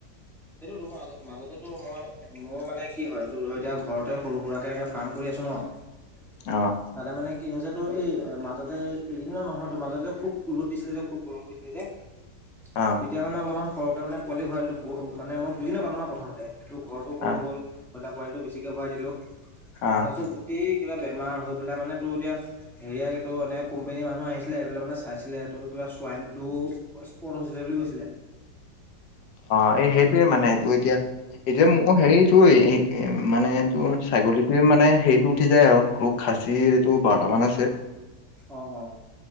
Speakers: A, in the centre; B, on the left (about 75°).
A: এইটো তোমাৰ মাজতেটো মই মোৰ মানে কি হয় তোৰ এতিয়া ঘৰতে সৰু সুৰাকে এনেকে ফাৰ্ম কৰি আ ছোঁ ন
B: অ
A: তাতে মানে কি হৈছে তো এই মাজতে এইকেইদিনা নহয় ত মাজতে খুব ৰদ দিছিলে যে খুব গৰম পৰিছিলে যে
B: অ
A: তেতিয়া মানে অলপমান সৰহকে মানে পোৱালি ঘূৰাইলো মানে মই বুজি নাপালো না প্ৰথমতে তো ঘৰটো সৰু
B: অ
A: হ'ল বইলা পোৱালিটো বেছিকে ভৰাই দিলো
B: অ
A: তাৰ পিছত গোটেই কিবা বেমাৰ হৈ পেলাই মানে তোৰ এতিয়া হেৰিয় টো এনেকে কোম্পোনীৰ মানুহ আহিছিলে আহ প মান চাইছিলে তটো এ চোৱাইন ফ্লু স্পট হৈছিলে বুলি কৈছিলে।
B: অ এই সেই মানে এইটো এতিয়া এতিয়া মোৰ হেৰিটো মানে এই তোৰ ছাগলীটোয়ে মানে হে এইটো উঠি যায় আৰু খাচী এইটো বাৰটামান আছে।
A: অঁ অঁ